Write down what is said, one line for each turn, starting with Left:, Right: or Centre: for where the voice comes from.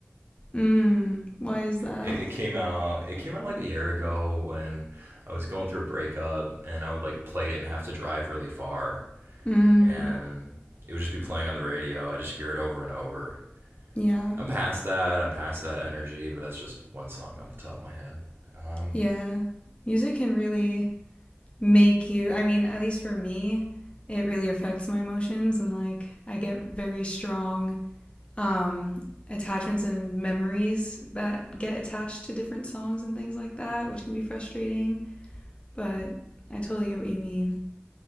Left: Mmm. Why is that?
Right: It, it came out. It came out like a year ago when I was going through a breakup, and I would like play it and have to drive really far,
Left: Mmm.
Right: and it would just be playing on the radio. I just hear it over and over.
Left: Yeah.
Right: I'm past that. I'm past that energy, but that's just one song off the top of my head. Um,
Left: Yeah. Music can really make you, I mean, at least for me, it really affects my emotions and like I get very strong um attachments and memories that get attached to different songs and things like that, which can be frustrating, but I totally get what you mean.